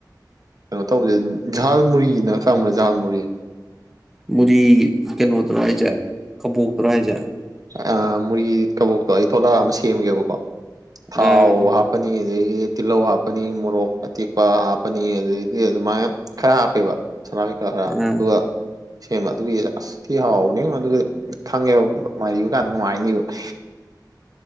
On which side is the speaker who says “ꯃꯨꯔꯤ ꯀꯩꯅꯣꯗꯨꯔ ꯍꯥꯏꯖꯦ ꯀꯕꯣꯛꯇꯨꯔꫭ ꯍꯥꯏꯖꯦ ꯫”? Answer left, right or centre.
Centre